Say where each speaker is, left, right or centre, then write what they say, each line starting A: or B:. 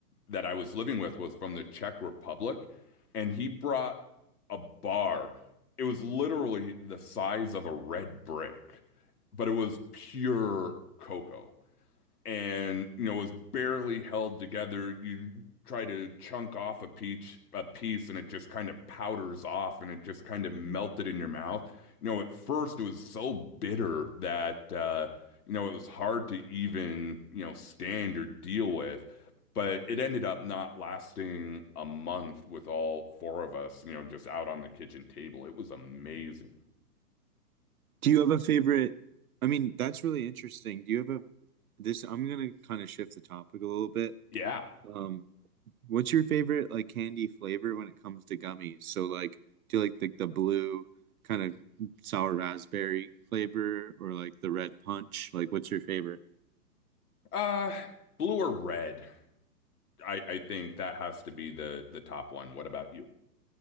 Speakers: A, on the left; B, on the right.
A: that I was living with was from the Czech Republic, and he brought a bar. It was literally the size of a red brick, but it was pure cocoa and you know was barely held together. You try to chunk off a peach a piece and it just kind of powders off and it just kind of melted in your mouth. You know, at first it was so bitter that uh, you know it was hard to even you know stand or deal with. But it ended up not lasting a month with all four of us, you know, just out on the kitchen table. It was amazing.
B: Do you have a favorite? I mean, that's really interesting. Do you have a, this, I'm gonna kind of shift the topic a little bit.
A: Yeah.
B: Um, What's your favorite like candy flavor when it comes to gummies? So like do you like like the blue kind of sour raspberry flavor or like the red punch? Like what's your favorite?
A: Uh, blue or red? I I think that has to be the the top one. What about you?